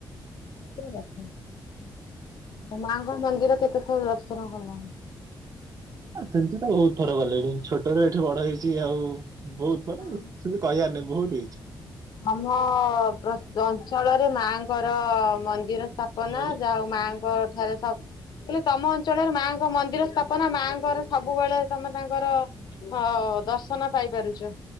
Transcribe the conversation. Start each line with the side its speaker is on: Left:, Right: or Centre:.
Left: ପୁରା ପାଖ ଉଁହୁଁ ଉ ମାଆଙ୍କର ମନ୍ଦିର କେତେଥର ଦର୍ଶନ କଲଣି।
Right: ଆ ସେମିତି ତ ବୋହୁତ ଥର ଗଲେଣି ଛୋଟୋରୁ ଏଠି ବଡ ହେଇଚି ଆଉ। ବୋହୁତ ମାନେ
Left: ହଁ
Right: ସେମିତି କହିବାର ନାହିଁ ବୋହୁତ ହେଇଛି।
Left: ମମ ପ୍ରସ ଅଞ୍ଚଳରେ ମାଆଙ୍କର ମନ୍ଦିର ସ୍ଥା
Right: କଣ
Left: କନା
Right: କହିଲେ?
Left: ଯାଉ ମାଆଙ୍କ ଠାରେ ସବ କହିଲି ତମ ଅଞ୍ଚଳରେ ମାଆଙ୍କ ମନ୍ଦିର ସ୍ଥାପନା ମାଆଙ୍କର ସବୁବୋଳେ ତମେ ତାଙ୍କର ହଁ ଦର୍ଶନ ପାଇପାରୁଚୁ।